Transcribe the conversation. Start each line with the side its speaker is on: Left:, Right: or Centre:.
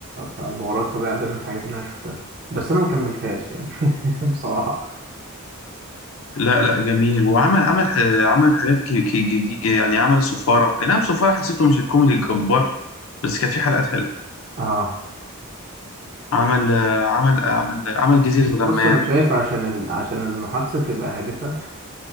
Right: فما وراء الطبيعه ده من الحاجات اللي انا شفتها بس انا ما كملتهاش يعني <laughs> بصراحه
Left: لا لا جميل وعمل عمل آه، عمل حاجات ك- ك- جديد يعني عمل السفارة اي نعم السفارة حسيته مش الكوميدي الجبار بس كانت في حلقات حلوة
Right: اه
Left: عمل آه، عمل آه، عمل آه، عمل جزيرة
Right: بص
Left: غمام
Right: انا شايف عشان ال... عشان المحادثه تبقى هادفه